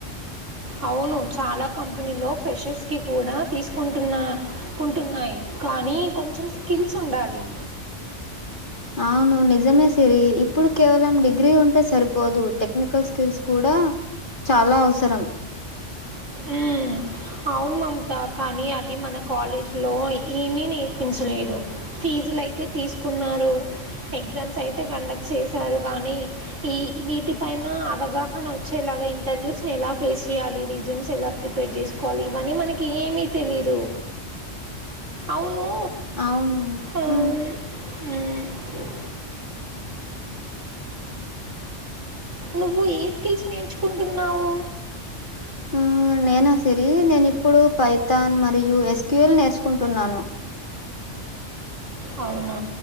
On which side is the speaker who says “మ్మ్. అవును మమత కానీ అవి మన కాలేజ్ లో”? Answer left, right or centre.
Right